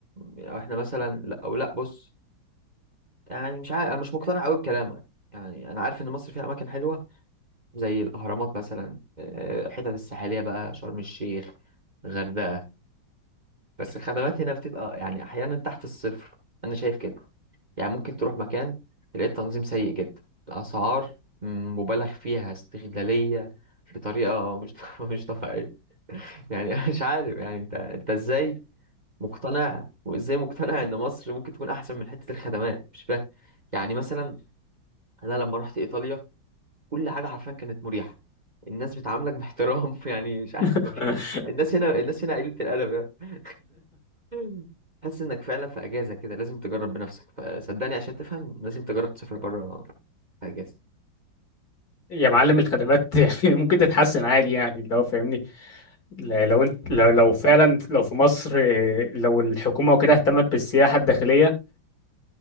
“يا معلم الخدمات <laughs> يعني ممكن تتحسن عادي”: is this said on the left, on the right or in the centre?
Left